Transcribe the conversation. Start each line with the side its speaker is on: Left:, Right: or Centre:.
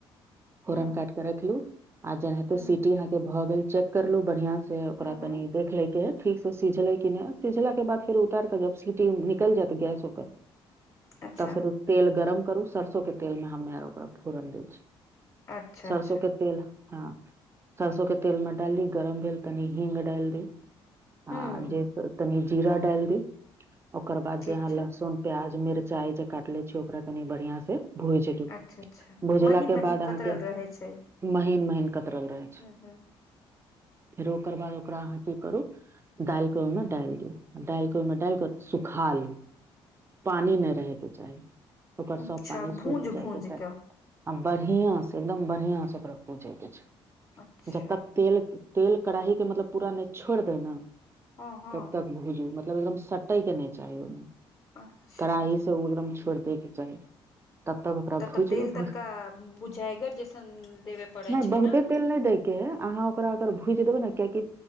Right: फोरन
Left: हूँ
Right: काट रखलु आ जेनाहिते
Left: हूँ
Right: सिटी अहाँ के भ गेल चेक करलु बढ़ियां से से आका
Left: हूँ
Right: कनी
Left: हूँ
Right: देख ले बैम सझले सझला के बाद फेर उतार निकल जात स ओकर
Left: अच्छा
Right: त फेर तेल गरम करू सरसो केँ तेल मे हमे आर ओकरा फोरन दै छी
Left: अच्छा अच्छा
Right: सरसो के तेल हँ सरसो के तेल मे डादी गरम भेल तनी हींग डाइल दियो हँ
Left: हूँ
Right: जे तनी जीरा डाइल दी ओयके बाद
Left: ठीक
Right: जेहा लहसुन
Left: छै
Right: प्याज मिरचाई जे काटले छी ओकरा तनी बढ़िया से भुइज लू
Left: अच्छा अच्छा
Right: भुजला
Left: महीन
Right: केँ
Left: महीन
Right: बाद
Left: कतरल
Right: अहाँकेँ
Left: रहै छै
Right: महीन - महीन कतरल रहै छै
Left: हूँ हूँ
Right: फेर ओकर बाद ओकरा अहाँ की करू दालि कऽ ओहिमे डालि दियऔ दालि कऽ ओहिमे डालिक कऽ सुखा ली पानि नय रहै केँ चाही ओकर सब
Left: अच्छा
Right: पानी सुखि
Left: भूज
Right: जायके
Left: भूज
Right: चाही
Left: कऽ
Right: आ बढ़ियां से एकदम बढ़िआं से ओकरा पूजै के छै
Left: अच्छा
Right: जब तक तेल तेल कड़ईी के मतलब पूरा नय छोड़ दे ने
Left: हँ हँ
Right: तब तक भूजू मतलब एकदम कटे के नय चाही ओहिमे
Left: अच्छा
Right: कड़ाही से ओ एकदम छोड़ देे के चाही तब तक ओकरा
Left: तब
Right: भुजलु
Left: तऽ तेल
Right: भुज
Left: तनिका बुझागर जैसन देबे पड़ैत
Right: नहि
Left: छै
Right: बहुते
Left: ने
Right: तेल नहि दै के अहाँ ओकरा अगर भुइज देबै ने कियकि